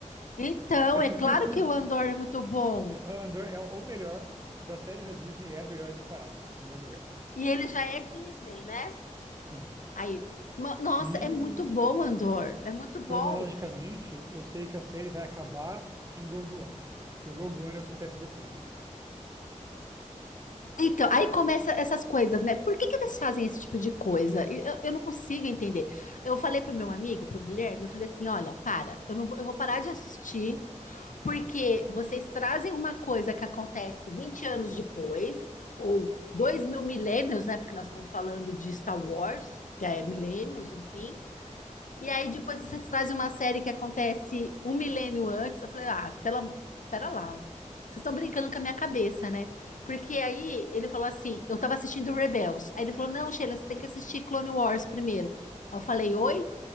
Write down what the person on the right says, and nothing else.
<laughs> Eu
tinha
esquecido.
Ah, Andor é o melhor das séries da Disney, é a melhor disparado, em primeiro lugar.
Sim.
E
o,
cronologicamente, eu sei que a série vai acabar em Rogue One, porque Rogue One é o que acontece depois.